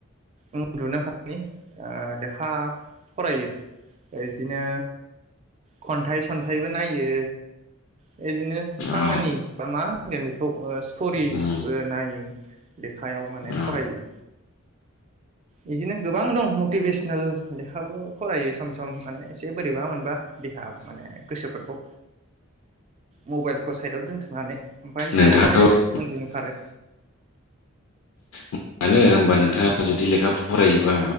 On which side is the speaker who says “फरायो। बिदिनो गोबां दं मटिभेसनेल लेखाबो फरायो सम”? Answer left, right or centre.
Right